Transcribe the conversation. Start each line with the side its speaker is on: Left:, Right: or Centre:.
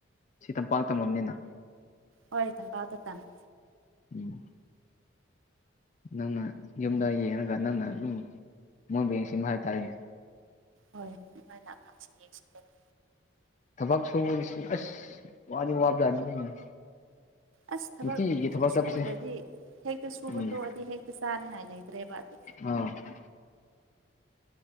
Left: ꯁꯤ ꯇꯝꯄꯥꯛ ꯇꯝꯃꯕꯅꯤꯅ
Right: ꯍꯣꯏ ꯇꯝꯄꯥꯛꯇ ꯇꯝꯃꯦ
Left: ꯎꯝ ꯅꯪꯅ ꯌꯨꯝꯗ ꯌꯦꯡꯉꯒ ꯅꯪꯅ ꯑꯗꯨꯝ ꯃꯣꯏꯕꯨ ꯌꯦꯡꯁꯤꯟꯕ ꯍꯥꯏꯇꯥꯔꯦꯅꯦ
Right: ꯍꯣꯏ ꯑꯩꯈꯣꯏꯅ ꯑꯉꯥꯡꯁꯤꯡ ꯌꯦꯡꯁꯤꯗ <inaudible>
Left: ꯊꯕꯛ ꯁꯨꯕꯁꯦ ꯑꯁ ꯋꯥꯗꯤ ꯋꯥꯕꯖꯥꯠꯅꯤ
Right: ꯑꯁ ꯊꯕꯛ
Left: ꯅꯨꯡꯇꯤꯒꯤ ꯊꯕꯛ ꯆꯠꯄꯁꯦ
Right: ꯁꯨꯗ꯭ꯔꯗꯤ ꯍꯦꯛꯇ ꯁꯨꯕ
Left: ꯎꯝ
Right: ꯇꯣꯛꯑꯗꯤ ꯍꯦꯛꯇ ꯆꯥꯅꯤꯡꯉꯥꯏ ꯂꯩꯇ꯭ꯔꯦꯕ ꯑꯗꯨ
Left: ꯑ